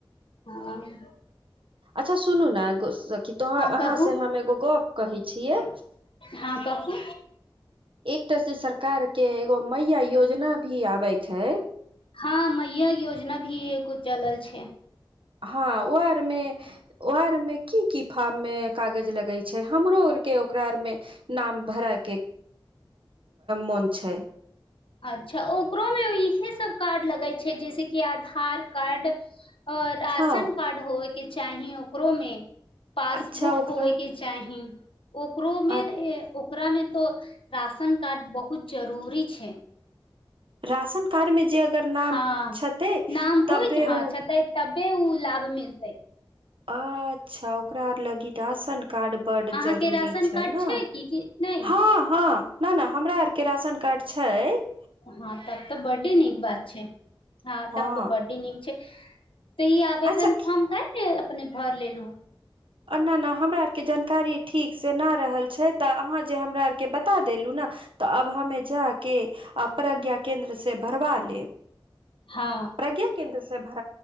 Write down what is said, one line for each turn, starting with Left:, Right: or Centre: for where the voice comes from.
Left: हाँ
Right: अच्छा सुनू ने तो अहाँ
Left: कहू
Right: से हम एगो गप कही छियै
Left: हँ कहू
Right: एकटा से सरकार के एगो मैया योजना भी आबै छै
Left: हाँ मैया योजना भी एगो चलल छै
Right: हाँ ओ आरमे ओ आरमे की की फार्म मे <unintelligible> कागज लगै छै हमरो ओर के ओकरा आर मे नाम भराक के मन छै
Left: अच्छा ओकरोमे इहे सब कार्ड लगैत छै जैसे कि आधार कार्ड ओर राशन
Right: हँ
Left: कार्ड होवय के चाही ओकरो मे पासबुक
Right: अच्छा ओकरा
Left: होबयके चाही ओकरोमे
Right: अ
Left: ओकरामे तो राशन कार्ड बहुत जरूरी छैक
Right: राशन कार्डमे जे अगर नाम
Left: हँ
Right: छैतै
Left: नाम होइ
Right: तबे
Left: हँ
Right: उ
Left: छतै तबे उ लाभ मिलतै
Right: अच्छा ओकरा लगी राशन कार्ड बड्ड
Left: अहाँके
Right: जरूरी
Left: राशन
Right: छैक
Left: कार्ड
Right: न
Left: छै कि कि नहि
Right: हाँ हाँ नहि नहि हमरा आरके राशन कार्ड छैक
Left: हाँ तब तऽ बड्डी नीक बात छै हाँ
Right: हँ
Left: तब तऽ बड्डी नीक छै <unintelligible> तऽ ई आवेदन
Right: अच्छा
Left: फॉर्म काहि नहि अपने भर लेलहुँ
Right: ना ना हमरा आरके जानकारी ठीक से ना रहल छै तऽ अहाँ जे हमरा आर के बता देलू ने तऽ अब हमे जाके आ प्रज्ञा केन्द्र से भरबा लेब
Left: हँ
Right: प्रज्ञा केन्द्र से भरत